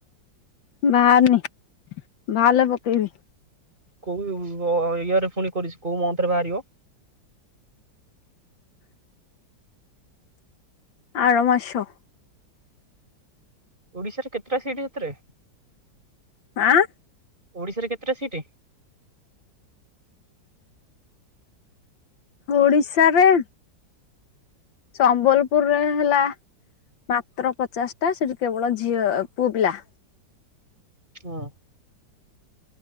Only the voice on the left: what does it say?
ବାହାରିନି ବାହାରିଲେ ପକେଇବି।
ଆର ମାସ।
ଆଁ
ଓଡ଼ିଶାରେ ସମ୍ବଲପୁରରେ ହେଲା ମାତ୍ର ପଚାଶଟା ସେଠି କେବଳ ଝିଅ ପୁଅ ପିଲା।